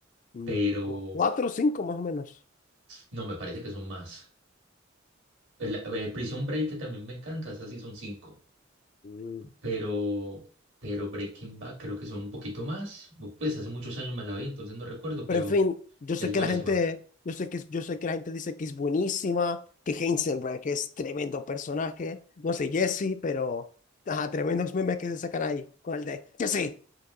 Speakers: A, on the left; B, on the right.
A: Mm,
B: pero
A: como cuatro o cinco más o menos.
B: no, me parece que son más. El- eh, Prison Break, que también me encanta, esas sí son cinco,
A: Mm.
B: pero, pero Breaking Bad creo que son un poquito más. Pues hace muchos años me la vi, entonces no recuerdo,
A: Pero
B: pero
A: en fin, yo
B: es
A: sé
B: buenísima.
A: que la gente, yo sé que, yo sé que la gente dice que es buenísima, que Heisenberg es tremendo personaje, no sé, Jesse, pero ajá, tremendos memes que se sacan ahí con el de Jesse.